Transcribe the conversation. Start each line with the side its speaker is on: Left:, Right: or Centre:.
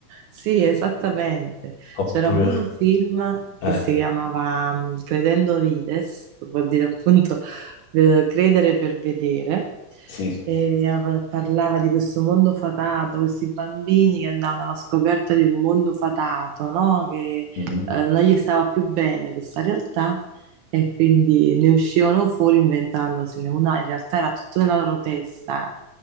Right: Sì, esattamente.
Left: Oppure,
Right: C'era pure un film che
Left: eh.
Right: si chiamava mm, Credendo Vides, che vuol dire appunto eh, credere per vedere,
Left: Sì.
Right: e av- parlava di questo mondo fatato, questi bambini che andavano alla scoperta di un mondo fatato, no? Che
Left: Mhm.
Right: eh, non gli stava più bene questa realtà e quindi ne uscivano fuori inventandosene una, in realtà era tutto nella loro testa.